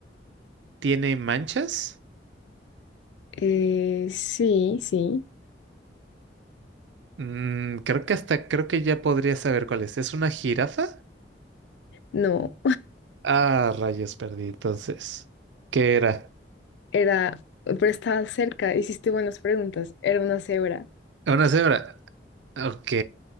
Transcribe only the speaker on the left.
eh, sí, sí,
no.
Era, pero estaba cerca, hiciste buenas preguntas. Era una cebra.